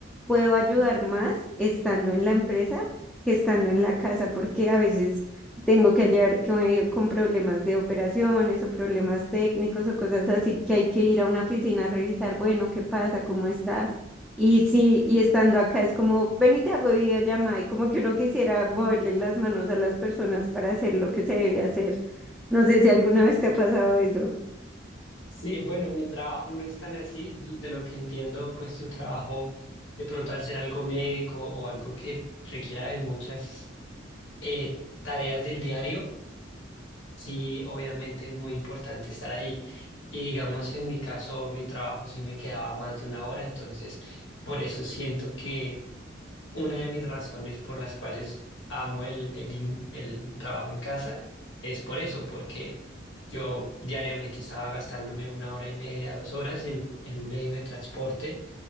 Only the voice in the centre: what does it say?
puedo ayudar más estando en la empresa que estando en la casa, porque a veces tengo que ayudar con, eh, con problemas de operaciones o problemas técnicos o cosas así que hay que ir a una oficina a revisar, bueno, ¿qué pasa? ¿Cómo está? Y sí, y estando acá es como, ven y te hago videollamada, y como que uno quisiera moverle las manos a las personas para hacer lo que se debe hacer. No sé si alguna vez te ha pasado eso.